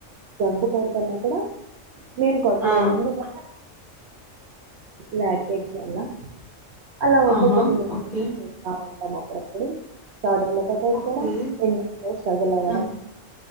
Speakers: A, on the right; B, in the centre.
A: జంప కోరుతున్నా కూడా నేను కొట్లేను
B: ఆ
A: ఎందుకు నా ల్ అలా ఉంటాయి
B: ఆహా
A: కొన్ని నిమిషా
B: ఓకే
A: ఉంటాం ఒకప్పుడు స్టార్టింగ్ లో ప తీసుకోవడం
B: ఓకే
A: ఎ స్ట్రగుల్ అవ్వడం
B: ఆ